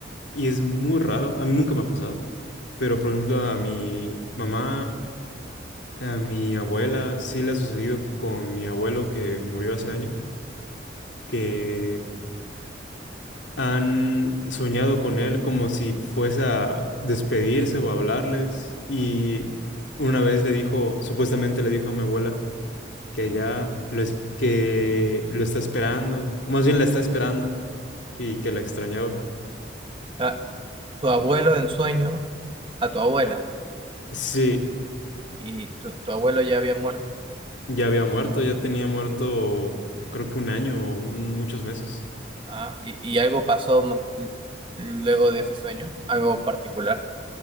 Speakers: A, on the left; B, on the right.
A: y es muy raro. A mí nunca me ha pasado, pero por ejemplo a mi mamá, a mi abuela, sí le ha sucedido con mi abuelo que murió hace años, que han soñado con él como si fuese a despedirse o a hablarles y una vez le dijo, supuestamente le dijo a mi abuela, que ella lo, es- que lo está esperando, o más bien la está esperando y que la extrañaba.
B: A tu abuelo en sueño, a tu abuela,
A: Sí,
B: y tu, tu abuelo ya había muerto,
A: ya había muerto, ya tenía muerto creo que un año o un- muchos meses.
B: ah, y, y algo pasó mo- luego de ese sueño, algo particular.